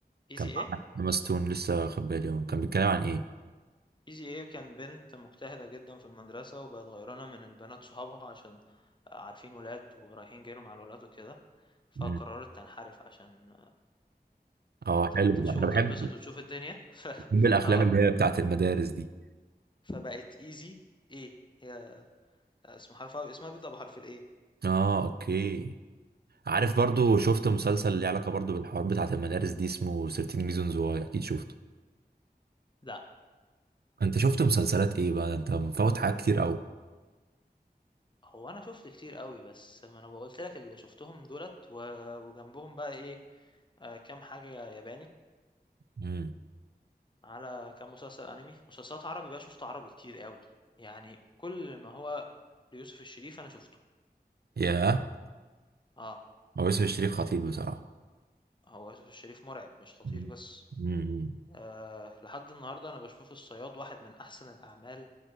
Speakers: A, on the left; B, on the right.
A: ايزي
B: كان مع
A: ايه
B: ماستون لسه واخد بالي هو كان بيتكلم عن ايه
A: ايزي ايه كان بنت مجتهدة جدا في المدرسة وبقت غيرانة من البنات صحابها عشان عارفين ولاد ورايحين جايين مع الولاد وكده فقررت
B: امم
A: تنحرف عشان ت-
B: اه
A: ت-
B: حلو
A: تشوف
B: ده انا بحب
A: تتبسط وتشوف الدنيا <laughs> ف...
B: بحب الافلام
A: اه
B: اللي هي بتاعت المدارس دي
A: فبقت ايزي ايه هي اسم حرفها اسمها بيبدأ بحرف الايه
B: اه اوكي عارف برضو شفت مسلسل اللي علاقة برضو بالحوار بتاعت المدارس دي اسمه 13 Reasons Why اكيد شفته
A: لا
B: انت شفت مسلسلات ايه بقى انت مفوت حاجات كتير قوي
A: هو انا شفت كتير قوي بس ما انا بقولت لك اللي شفتهم دولت و... وجنبهم بقى ايه آه، كام حاجة ياباني
B: امم
A: على كام مسلسل انمي مسلسلات عربي بقى شفت عربي كتير قوي يعني كل ما هو ليوسف الشريف انا شفته
B: ياه
A: اه
B: هو يوسف الشريف خطير بصراحة
A: هو يوسف الشريف مرعب مش خطير
B: مم.
A: بس
B: مم.
A: آه لحد النهارده انا بشوف الصياد واحد من احسن الاعمال